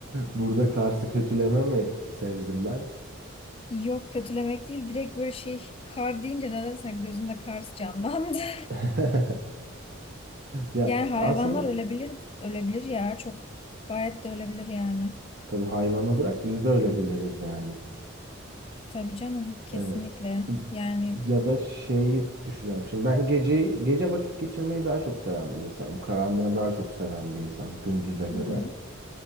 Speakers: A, on the right (about 50°); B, on the left (about 25°).
A: Burada Kars'ı kötüleme mi sezdim ben?
B: Yok kötülemek değil direkt böyle şey kar deyince nedense gözümde Kars canlandı. <laughs>
A: <laughs> Ya
B: Yani hayvanlar
A: aslında
B: ölebilir ölebilir ya çok gayet de ölebilir yani.
A: tabii hayvana bırak biz de öyle biliriz yani.
B: Tabii canım kesinlikle
A: Ee, y-
B: yani
A: ya da şeyi düşünüyorum. Şimdi ben gece gece vakit geçirmeyi daha çok seven bir insanım. Karanlığı daha çok seven bir insanım gündüze göre.
B: hı hı.